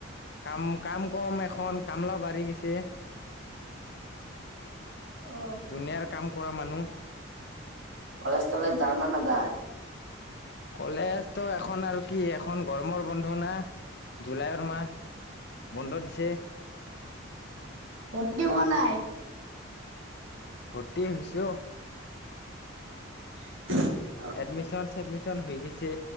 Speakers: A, on the left; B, on the right.
A: কাম-কাম কম এখন, কামলাও বাঢ়ি গিছে।
B: অ
A: ধুনীয়াৰ কাম কৰা মানুহ।
B: কলেজ-তলেজ যাওঁ নে নাযাওঁ?
A: কলেজ তো এখন আৰু কি এখন গৰমৰ বন্ধ না, জুলাইৰ মাহ। বন্ধ দিছে।
B: ভৰ্ত্তি হোৱা নাই?
A: ভৰ্ত্তি হৈছে অ'।
B: <inaudible>
A: এডমিশন-চছেডমিশন হৈ গৈছে,